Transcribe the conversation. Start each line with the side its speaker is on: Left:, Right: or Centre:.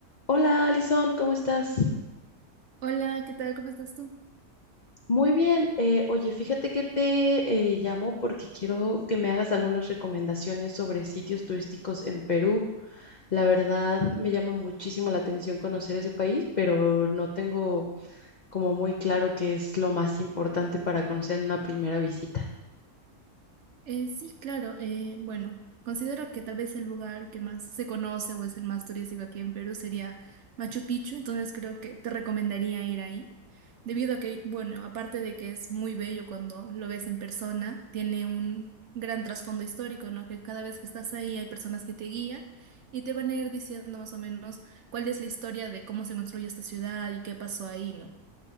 Left: Hola Alison, ¿cómo estás?
Right: Hola, ¿qué tal? ¿Cómo estás tú?
Left: Muy bien. eh, oye, fíjate que te eh, llamo porque quiero que me hagas algunas recomendaciones sobre sitios turísticos en Perú. La verdad, me llama muchísimo la atención conocer ese país, pero no tengo como muy claro qué es lo más importante para conocer en una primera visita.
Right: Eh, sí, claro. eh, bueno, considero que tal vez el lugar que más se conoce o es el más turístico aquí en Perú sería Machu Picchu, entonces creo que te recomendaría ir ahí, debido a que, bueno, aparte de que es muy bello cuando lo ves en persona, tiene un gran trasfondo histórico, ¿no? Que cada vez que estás ahí hay personas que te guían y te van a ir diciendo más o menos cuál es la historia de cómo se construyó esta ciudad y qué pasó ahí, ¿no?